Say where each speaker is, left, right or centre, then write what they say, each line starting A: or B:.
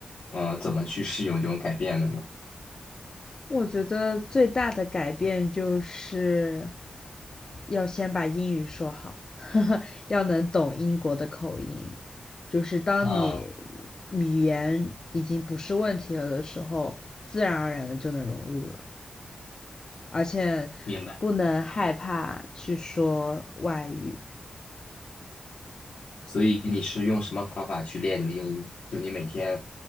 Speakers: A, on the left; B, on the left.
A: 呃，怎么去适应这种改变的呢？
B: 我觉得最大的改变就是要先把英语说好，<laughs> 呵呵要能懂英国的口音。就是当你
A: 啊，
B: 语言已经不是问题了的时候，自然而然的就能融入了，而且不能害怕去说外语，
A: 明白。所以你是用什么方法去练你的英语的就你每天，